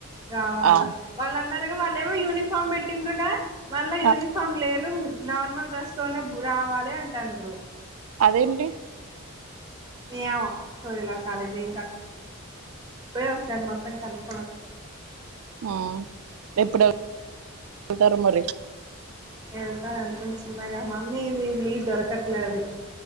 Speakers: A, on the right; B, on the right.
A: రావాల
B: ఆ
A: వాళ్ళందర వాళ్ళ ఏమో యూనిఫార్మ్ పెట్టిండ్రగా మళ్ళా యూనిఫామ్
B: ఆ,
A: లేదు నార్మల్ డ్రెస్ లోనే రావాలి అంటారు
B: అదేంటి
A: ఏమో సోదీలో కాలేజీ పోయి ఒకసారి మొత్తం కనుకో
B: ఆ ఎప్పుడు వెళ్తారు మరి
A: ఎా అ చిన్నగా మమ్ ఇది లీవ్ దొరకట్లే అది